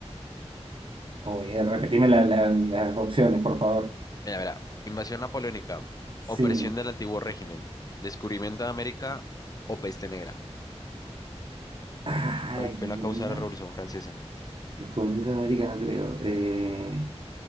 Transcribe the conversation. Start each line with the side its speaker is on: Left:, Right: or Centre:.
Right: Uy, eh, repetime la- la- las opciones, por favor.
Left: Mira, mira. Invasión napoleónica.
Right: Sí.
Left: Opresión del antiguo régimen. Descubrimiento de América o peste negra.
Right: Ay,
Left: ¿Cuál fue
Right: ¿verdad?
Left: la causa de la Revolución Francesa?
Right: Descubrimiento de América no creo. Eh,